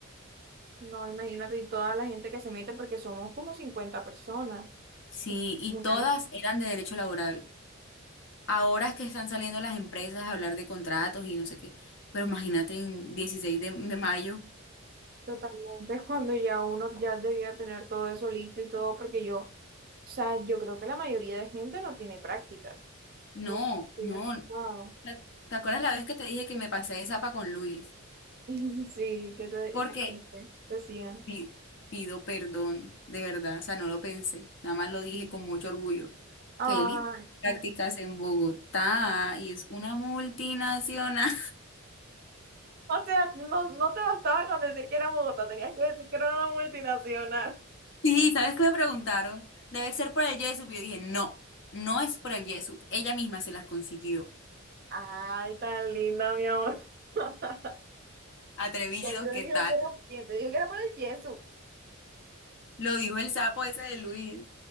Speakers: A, on the right; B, on the left.
A: No, imagínate, y toda la gente que se mete, porque somos como cincuenta personas.
B: Sí, y
A: Mirar,
B: todas eran de derecho laboral. Ahora es que están saliendo las empresas a hablar de contratos y no sé qué. Pero imagínate en 16 de, de mayo.
A: Totalmente, <laughs> es cuando ya uno ya debía tener todo eso listo y todo, porque yo, o sea, yo creo que la mayoría de gente no tiene prácticas.
B: No,
A: Por- sí
B: no.
A: ah,
B: ¿Te te acuerdas la vez que te dije que me pasé de zapa con Luis?
A: <laughs> Sí, que te
B: Porque
A: que te decían.
B: pi- pido perdón, de verdad. O sea, no lo pensé. Nada más lo dije con mucho orgullo.
A: ah
B: Que él hizo prácticas en Bogotá y es una multinacional.
A: O sea, no, no te bastaba con decir que era Bogotá, tenías que decir que era una multinacional.
B: Sí, ¿sabes qué me preguntaron? Debe ser por el Yesup. Y yo dije, no, no es por el Yesup. Ella misma se las consiguió.
A: Ay, tan linda, mi amor. <laughs>
B: Atrevido,
A: ¿Quién te
B: ¿qué
A: dijo
B: tal?
A: que era, quién te dijo que era por el yeso?
B: Lo dijo el sapo ese de Luis.